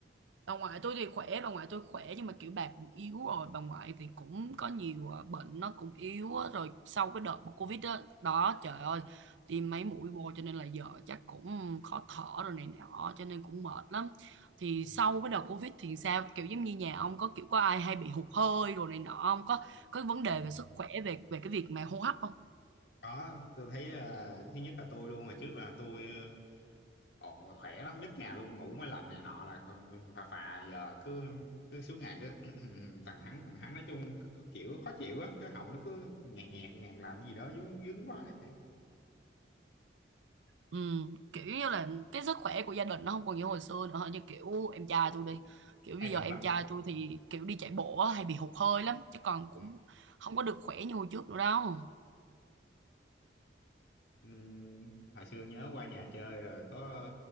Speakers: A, on the right; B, on the left.
A: bà ngoại tôi thì khỏe bà ngoại tôi khỏe nhưng mà kiểu bà cũng yếu rồi bà ngoại thì cũng có nhiều ờ, bệnh nó cũng yếu á. rồi sau cái đợt mà covid đó, đó trời ơi tiêm mấy mũi vô cho nên là giờ chắc cũng khó thở rồi này nọ cho nên cũng mệt lắm thì
B: Ừ.
A: sau cái đợt covid thì sao kiểu giống như nhà ông có kiểu có ai hay bị hụt hơi rồi này nọ không có có vấn đề về sức khỏe về về cái việc mà hô hấp không
B: có tôi thấy là thứ nhất là tôi luôn mà trước là tôi ờ, Ồ, khỏe lắm nhất nhà luôn ngủ mới lạnh này nọ là không phà phà giờ cứ cứ suốt ngày cứ <clears throat> tần hắng tần hắng nói chung kiểu khó chịu á cái họng nó cứ nhạt nhạt nhạt làm gì đó dướng dướng quá thế
A: Ừ, kiểu như là cái sức khỏe của gia đình nó không còn như hồi xưa nữa như kiểu em trai tôi đi kiểu
B: hay
A: bây
B: bệnh
A: giờ em
B: vặt
A: trai tôi thì kiểu đi chạy bộ á, hay bị hụt hơi lắm chứ còn cũng
B: ừ.
A: không có được khỏe như hồi trước nữa đâu
B: Ừ. hồi xưa nhớ qua nhà chơi rồi có